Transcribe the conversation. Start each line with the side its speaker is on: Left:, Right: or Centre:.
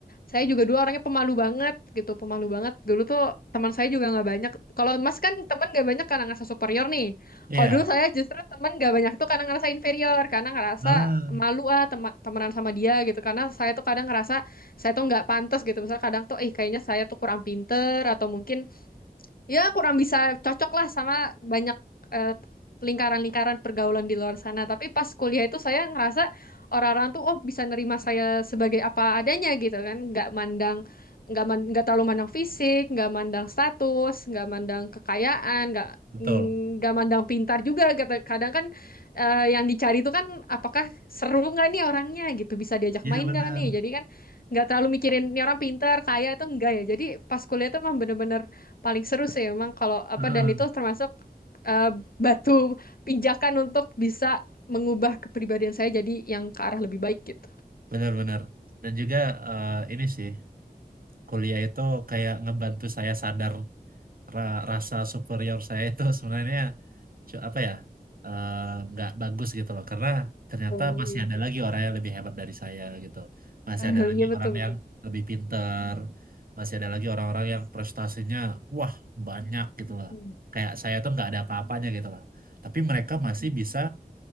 Left: saya juga dulu orangnya pemalu banget gitu, pemalu banget. Dulu tuh teman saya juga nggak banyak. Kalau Mas kan teman nggak banyak karena ngerasa superior nih.
Right: Iya,
Left: Kalau dulu saya justru teman nggak banyak tuh karena ngerasa inferior, karena ngerasa
Right: ah,
Left: malu ah teman temenan sama dia gitu. Karena saya tuh kadang ngerasa saya tuh nggak pantas gitu. Misalnya kadang tuh, eh kayaknya saya tuh kurang pinter atau mungkin ya kurang bisa cocok lah sama banyak eh, lingkaran-lingkaran pergaulan di luar sana. Tapi pas kuliah itu saya ngerasa orang-orang tuh oh bisa nerima saya sebagai apa adanya gitu kan, nggak mandang nggak man, nggak terlalu mandang fisik, nggak mandang status, nggak mandang kekayaan, nggak
Right: betul.
Left: mm, nggak mandang pintar juga. Kata- Kadang kan eh, yang dicari itu kan apakah seru nggak nih orangnya gitu, bisa diajak
Right: Iya
Left: main
Right: benar.
Left: nggak nih. Jadi kan nggak terlalu mikirin ini orang pintar, kaya itu enggak ya. Jadi pas kuliah itu emang bener-bener paling seru sih memang kalau apa
Right: Heeh.
Left: dan itu termasuk eh, batu pijakan untuk bisa mengubah kepribadian saya jadi yang ke arah lebih baik gitu.
Right: Benar-benar. Dan juga eh, ini sih kuliah itu kayak ngebantu saya sadar ra- rasa superior saya itu sebenarnya cu- apa ya eh, nggak bagus gitu loh karena ternyata
Left: Oh,
Right: masih
Left: iya.
Right: ada lagi orang yang lebih hebat dari saya gitu masih
Left: <laughs>
Right: ada lagi
Left: Iya betul
Right: orang
Left: betul.
Right: yang lebih pinter masih ada lagi orang-orang yang prestasinya wah banyak gitu loh
Left: Hmm.
Right: kayak saya tuh nggak ada apa-apanya gitu loh tapi mereka masih bisa